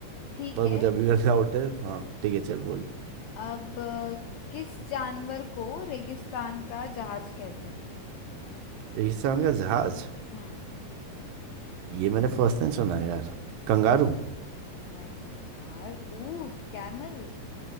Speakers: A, on the left; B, on the right.
A: ठीक
B: पर
A: है
B: मुझे अभी भी डाउट है हाँ ठीक है चल बोल
A: अब अ, किस जानवर को रेगिस्तान का जहाज कहते हैं
B: रेगिस्तान का जहाज
A: हम्म
B: ये मैंने फर्स्ट टाइम सुना है यार कंगारू
A: किस नहीं यार ऊंट कैमल